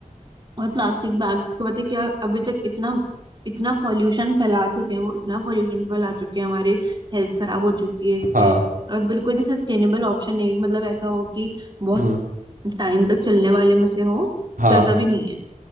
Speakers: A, on the right; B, on the right.
A: और प्लास्टिक बैग्स का पता है क्या अभी तक इतना इतना पॉल्यूशन फैला चुके हैं वो इतना पॉल्यूशन फैला चुके हैं हमारे हेल्थ खराब हो चुकी है इससे
B: हाँ
A: और बिल्कुल भी सस्टेनेबल ऑप्शन नहीं मतलब ऐसा हो कि बहुत
B: हम्म
A: टाइम तक चलने वाले में से हो
B: हाँ
A: तो ऐसा भी नहीं है